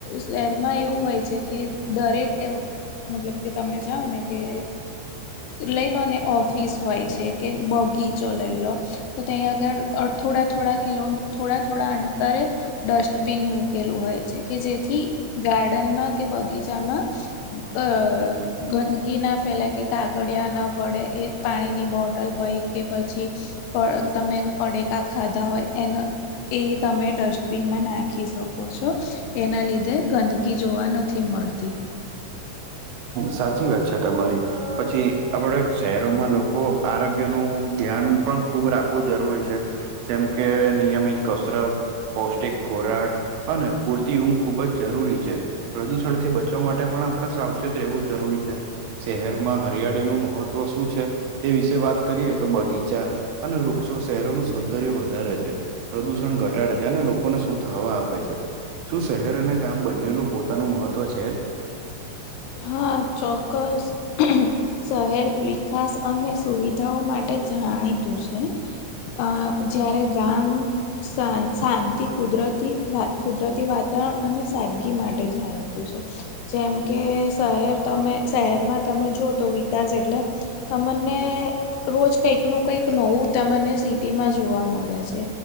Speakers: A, on the left; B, on the right.
A: શહેરમાં એવું હોય છે, કે દરેક મતલબ કે તમે જાવને કે લઈલોને. ઓફિસ હોય છે, કે બગીચો લઈલો તો, ત્યાં આગળ થોડા થોડા કિલો, થોડા થોડા અંતરે ડસ્ટ બિન મૂકેલું હોય છે કે જેથી ગાર્ડનમાં કે બગીચામાં અ ગંદકી ના ફેલાય કે કાગળિયા ના પડે. એ પાણીની બોટલ હોય કે પછી તમે પડેકા ખાધા હોય. એનો એ તમે ડસ્ટબિનમાં નાખી શકો છો? એના લીધે ગંદકી જોવા નથી મળતી.
B: સાચી વાત છે તમારી પછી આપડે શહેરોમાં લોકો આરોગ્ય નુ ધ્યાન પણ ખૂબ રાખવું જરૂરી છે. જેમ કે નિયમિત કસરત પૌષ્ટિક ખોરાક. અને પૂરતી ઊંઘ ખૂબ જ જરૂરી છે પ્રદૂષણ થી બચવા માટે પણ આપણે સાવ રહેવું જરૂરી છે, શહેરમાં હરિયાળી નું મહત્વ શું છે. એ વિશે વાત કરીએ તો બગીચા અને વૃક્ષો શહેરોનું સૌંદર્ય વધારે છે. પ્રદુષણ ઘટાડે છે, અને લોકોને શુદ્ધ હવા આપે છે. શું શહેર અને ગામ બંનેનું પોતાનું મહત્વ છે?
A: હા.. ચોક્કસ... હમ્મ શહેર વિકાસ અને સુવિધાઓ માટે જાણીતું છે. અ... જયારે ગામ સા શાંતિ કુદરતી કુદરતી વાતાવરણ અને સાદગી માટે જાણીતું છે. જેમ કે શહેર તમે શહેરમાં તમે જો તો વિકાસ એટલે તમને રોજ કંઈકનું કંઈક નવું તમને સિટીમાં જોવા મળે છે.